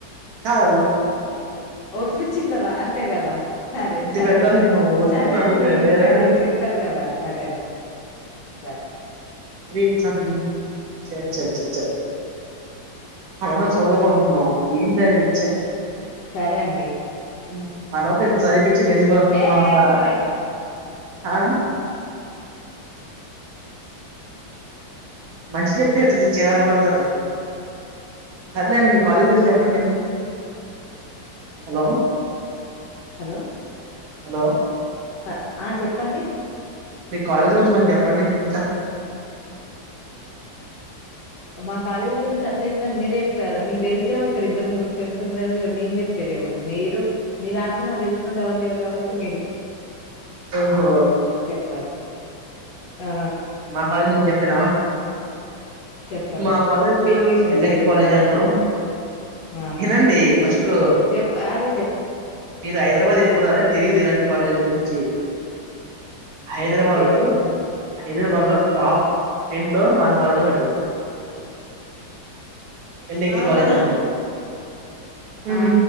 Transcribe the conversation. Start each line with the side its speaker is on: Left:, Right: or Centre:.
Right: అవ్
Left: ఆ ఒట్లు చిల్లరా అంతే గదా సరే
Right: ఇంత
Left: సరే
Right: పెద్దోళ్ళయినవ్ ఒట్టుప్పుడు
Left: సరే
Right: అడుగుతరండి
Left: అండి
Right: ఎవరైనా
Left: సరే చెప్పారు గదా సరే అండి సరే
Right: రేట్లను చ్చచ్చ చ్చచ్చ అవును సదుకుంటనవ్ ఏందది చ్చ
Left: సరే అండి
Right: ఉమ్ మనోళ్లు ఇం సైటిక్ చిట్ ఎందుకు దాగుతనం
Left: ఏ
Right: మన అక్కడ
Left: ఉడవే
Right: ఆ మంచి జెప్తే ఇట చిరాకు పడతారు సర్లెండి మీ కాలేజ్ గురించి జెప్పండి హలో
Left: హలో
Right: హలో
Left: హ ఆ చెప్పండి
Right: మీ కాలేజ్ గురించి కొన్ని జెప్ పండి ఇంతా
Left: మా కాలేజీ గురించి అట్లఇట్ల అని మీరే యెప్పారు మీకు తెలిసేమో ఇక్కడ ఇద్దరూ ముగ్గురు ఫ్రెండ్స్ ఉన్నారెమో ఇగ మేం జెప్ ప్పేదేముంది మీరు మీదాన్ ఇండ్ల నాకు తెలిషినోళ్ళు ఎవరు లేరు గాబట్టి మీది
Right: ఓహో
Left: చెప్పాలి ఆ
Right: అ నేను చెప్పానా
Left: చెప్పండి
Right: మా కాలేజ్
Left: ఎలివేషన్స్
Right: ఎ నే
Left: ఇయ్యకు
Right: సి కాలేజ్
Left: ఉన్నది ఉన్నట్టు
Right: అంటారు
Left: చెప్పు ఆ
Right: ఏనండి ఫస్ట్
Left: చెప్ అదే
Right: మీరు హైదరాబాద్ ఎప్పుడు రాలే తెలియదు ఇలాంటి కాలేజీల గురించి హైదరాబాద్
Left: చెప్పండి
Right: లో హైదరాబాద్ లో టాప్ టెన్ లో మా కాలేజ్ ఒకటి ఎళ్ నక
Left: ఆహా
Right: కాలేజ్ అంటారు హమ్
Left: ఆ